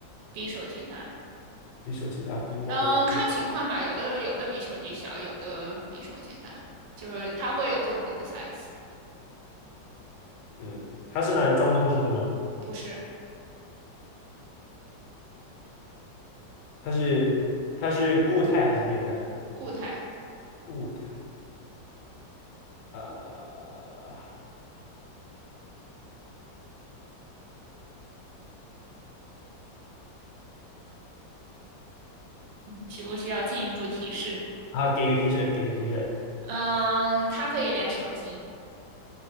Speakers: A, on the right; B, on the left.
A: 比手机大。
B: 比手机大，比帽子。
A: 嗯，看情况吧，有的有的比手机小，有的比手机大，就是它会有不同的 size，
B: 嗯，它是拿来装东西的吗？
A: 不是
B: 它是它是固态还是液态？
A: 固态。
B: 固态。呃，
A: 需不需要进一步提示？
B: 啊，给个提示，给个提示。
A: 嗯，它可以连手机，